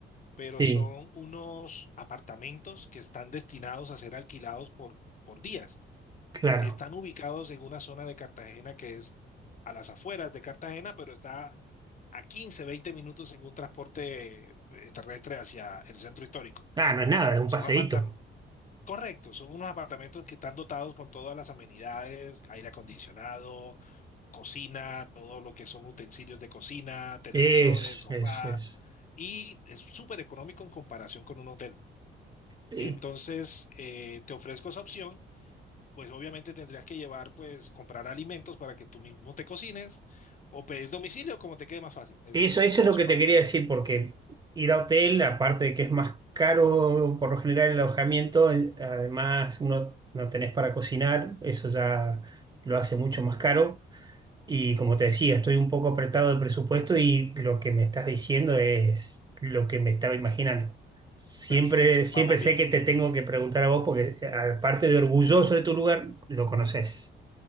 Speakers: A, on the left; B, on the right.
A: pero
B: Sí,
A: son unos apartamentos que están destinados a ser alquilados por, por días.
B: claro.
A: Están ubicados en una zona de Cartagena que es a las afueras de Cartagena, pero está a quince veinte minutos en un transporte eh, terrestre hacia el centro histórico.
B: Ah, no es nada, es un
A: Son
B: paseíto.
A: apartamentos, correcto, son unos apartamentos que están dotados con todas las amenidades, aire acondicionado, cocina, todo lo que son utensilios de cocina, televisores,
B: Eso,
A: sofá,
B: eso, eso.
A: y es súper económico en comparación con un hotel.
B: Y
A: Entonces, eh, te ofrezco esa opción, pues obviamente tendrías que llevar, pues comprar alimentos para que tú mismo te cocines o pedir domicilio como te quede más fácil. Eso
B: eso,
A: siempre
B: eso es lo
A: es
B: que
A: uno.
B: te quería decir, porque ir a hotel, aparte de que es más caro por lo general el alojamiento, eh, además uno no tenés para cocinar, eso ya lo hace mucho más caro. Y como te decía, estoy un poco apretado de presupuesto y lo que me estás diciendo es lo que me estaba imaginando. Siempre,
A: Perfecto,
B: siempre
A: vamos
B: sé
A: bien.
B: que te tengo que preguntar a vos, porque eh, aparte de orgulloso de tu lugar, lo conoces.